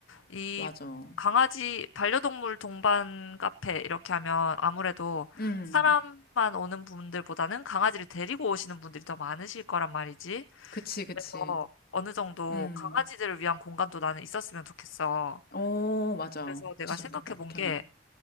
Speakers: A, on the left; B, on the left.
A: 이
B: 맞아.
A: 강아지 반려동물 동반 카페 이렇게 하면 아무래도
B: 음,
A: 사람만 오는 분들보다는 강아지를 데리고 오시는 분들이 더 많으실 거란 말이지.
B: 그치, 그치.
A: 그래서 어느 정도
B: 음,
A: 강아지들을 위한 공간도 나는 있었으면 좋겠어.
B: 어, 맞아.
A: 그래서
B: 그치,
A: 내가 생각해
B: 좋겠다. 그렇게
A: 본 게
B: 하면.